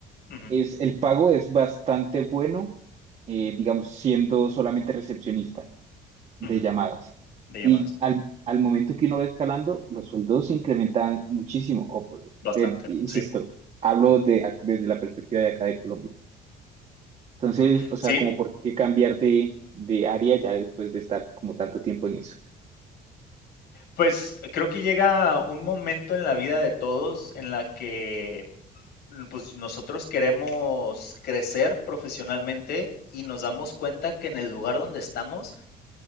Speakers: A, on the left (about 70°); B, on the right (about 40°).
A: Ujú,
B: es, el pago es bastante bueno, eh, digamos, siendo solamente recepcionista de
A: ujú,
B: llamadas.
A: de llamadas.
B: Y al, al momento que uno va escalando, los sueldos se incrementan muchísimo. O, por-
A: Bastante,
B: te- insisto,
A: sí.
B: hablo de, ac- desde la perspectiva de acá de Colombia. Entonces, o
A: Sí,
B: sea, como por qué cambiar de, de área ya después de estar como tanto tiempo en eso.
A: pues creo que llega un momento en la vida de todos en la que mm, pues nosotros queremos crecer profesionalmente y nos damos cuenta que en el lugar donde estamos